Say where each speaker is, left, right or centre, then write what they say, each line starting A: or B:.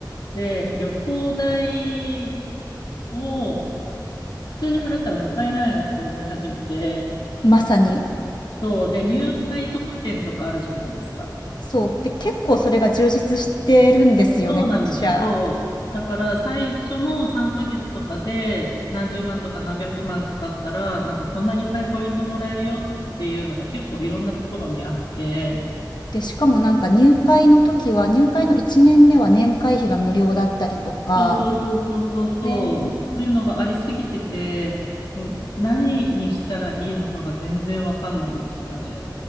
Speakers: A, on the left; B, on the left.
A: で、旅行代を普通に払ったらもったいないなって思い始めて、
B: まさに。
A: そう。で、入会特典とかあるじゃないですか。
B: そう。で、結構それが充実してるんですよね、
A: そうなの。
B: 各社。
A: そう。だから最初の3ヶ月とかで何十万とか何百万使ったら、なんかこんなにいっぱいポイントもらえるよっていうのが結構いろんなところにあって、
B: で、しかもなんか入会の時は、入会の1年目は年会費が無料だったりとか、
A: そうそうそうそうそうそう、
B: ね
A: そういうのがありすぎてて、もう何にしたらいいのかが全然わかんないんですよ、あれ。